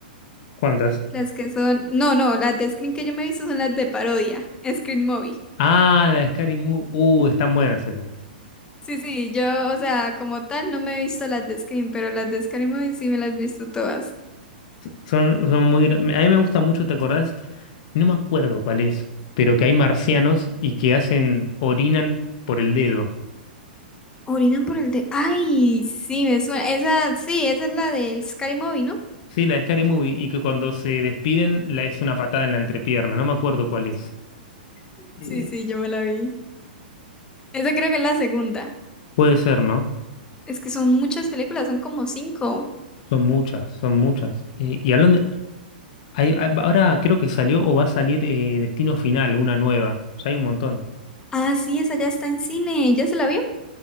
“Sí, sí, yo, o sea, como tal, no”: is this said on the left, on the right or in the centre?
Left